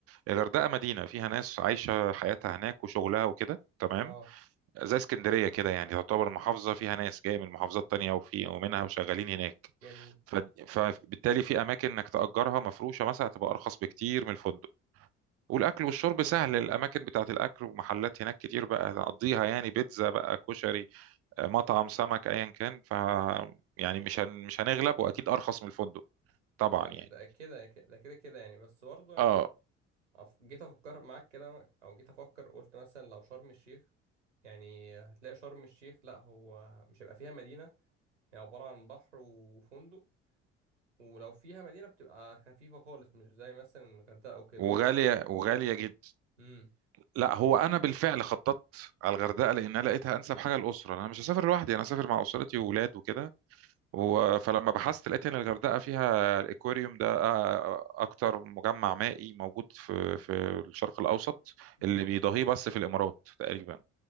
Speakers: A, on the right; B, on the right.
A: الغردقه مدينه فيها ناس عايشه حياتها هناك وشغلها وكده تمام
B: اه
A: زي اسكندريه كده يعني تعتبر محافظه فيها ناس جايه من محافظات تانية وفي ومنها وشغالين هناك
B: جميل
A: ف- فبالتالي في اماكن انك تاجرها مفروشه مثلا تبقى ارخص بكتير من الفندق والاكل
B: امم
A: والشرب سهل الاماكن بتاعت الاكل ومحلات هناك كتير بقى نقضيها يعني بيتزا بقى كشري آه، مطعم سمك ايا كان ف يعني مش هن... مش هنغلب واكيد ارخص من الفندق طبعا
B: هو ك-
A: يعني
B: ده كده ده كده كده يعني بس برضه يعني
A: اه
B: أف- جيت افكر معاك كده او جيت افكر قلت مثلا لو شرم الشيخ يعني هتلاقي شرم الشيخ لا هو مش هيبقى فيها مدينة هي عبارة عن بحر وفندق ولو فيها مدينة بتبقى خفيفة خالص مش زي مثلا الغردقة أو كده
A: وغالية وغالية جدا
B: امم
A: لا هو انا بالفعل خططت على الغردقة لان انا لقيتها انسب حاجة الاسرة انا مش هسافر لوحدي انا هسافر مع اسرتي وولاد وكده هو فلما بحثت لقيت ان الغردقة فيها الاكواريوم ده آه، اكتر مجمع مائي موجود في في الشرق الاوسط
B: امم
A: اللي بيضاهيه بس في الامارات تقريبا